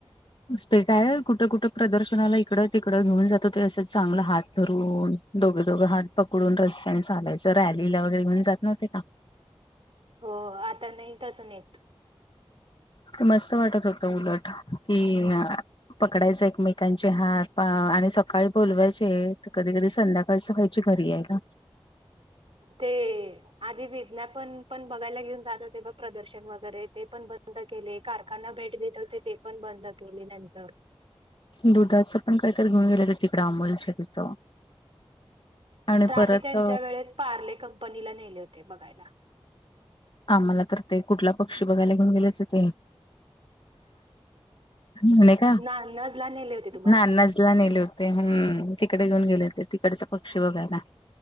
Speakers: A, on the left; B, on the right.
A: नुसतं काय कुठे-कुठे प्रदर्शनाला... इकडं तिकडं घेऊन जातं होते... असं चांगलं हात धरून. दोघे-दोघं हात पकडून रस्त्याने चालायचं... रॅलीला वगैरे घेऊन जात नव्हते का?
B: हो आता नाही तसं नेत.
A: ते मस्त वाटत होत उलट कि पकडायच एकमेकांचे हात आणि सकाळी बोलवायचे कधी-कधी संध्याकाळ असं व्हयची घरी यायला.
B: ते आधी विज्ञा पण-पण बघायला घेऊन जात होते बघ प्रदर्शन वगैरे ते पण बंद केले. कारखाना भेट देत होते ते पण बंद केले नंतर.
A: दुधाचं पण काहीतरी घेऊन गेलं तर तिकडं अंमूलच्या तिथं आणि
B: राधी
A: परत
B: त्यांच्या वेळेस पार्ले कंपनीला नेले होते बघायला.
A: आम्हाला तर ते कुठला पक्षी बघायला घेऊन गेले होते ते म्हणे का
B: नानजला नेले होते तुम्हाला
A: नाना नेले होते हम्म तिकडे घेऊन गेले होते तिकडचा पक्षी बघायला.